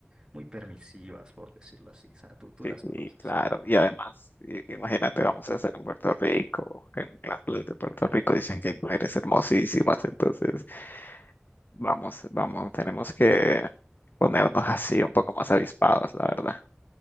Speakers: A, on the right; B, on the left.
A: muy permisivas, por decirlo así. O sea, tú, tú
B: Sí,
A: las conoces.
B: y claro, y además, i- imagínate, vamos a hacer en Puerto Rico, en las playas de Puerto Rico dicen que hay mujeres hermosísimas, entonces Vamos, vamos, tenemos que ponernos así un poco más avispados, la verdad.